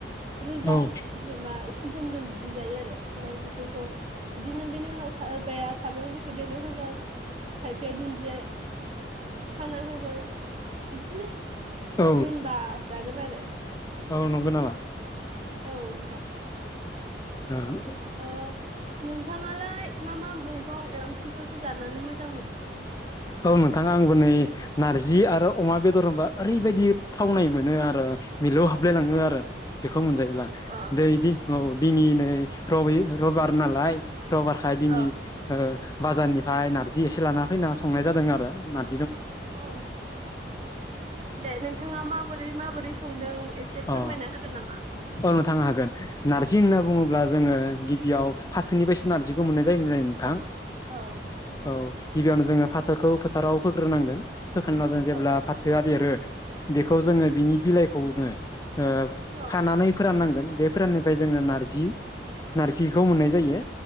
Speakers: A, on the right; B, on the left.
A: रोजा
B: औ
A: जेनेबा आ सिदोम दोम बिदि जायो आरो ओमफ्राय बेफोरखौ बिदिनो बिनि उनाव सोरबाया सामब्राम गुफुर देना होगोन खायफाया दुन्दिया हाना होगोन बिदिनो
B: अ
A: मोनबा जागोन आरो
B: औ नंगौ नामा
A: औ नोंथां
B: औ
A: ओ नोंथाङालाय मा मा मैं गं ओंख्रिफोरखौ जानानै मोजां मोनो?
B: औ नोंथां आंबो नै नारजि आरो अमा बेदर होनबा ओरैबायदि थावनाय मोनो आरो मिलौ हाबलायलाङो
A: अ
B: आरो बेखौ मोनजायोब्ला
A: अ
B: दैदि औ दिनै नै रबि रबबार नालाय रबारखाय दिनै
A: अ
B: ओ बाजारनिफ्राय नारजि एसे लाना फैना सनाय जादों आरो नार
A: औ दे नोंथाङा माबोरै माब बोरै संदों एसे फोरमायना
B: अ
A: होगोन नामा?
B: औ नोंथां हागोन नारजि होनना बुङो ब्ला जोङो गिबियाव फाथोनिफायसो नारजिखौ मोननाय जायोन जायोन नोंथां
A: औ
B: औ गिबियावनो जोङो फाथोखौ फोथाराव फोग्रोनांगोन फोखांना जों
A: औ
B: जेब्ला फाथोआ देरो बेखौ जोङो बिनि बिलाइखौनो ओ
A: औ
B: खानानै फोरान नांगोन बे फोराननिफ्राय जोङो नारजि नारजिखौ मोननाय जायो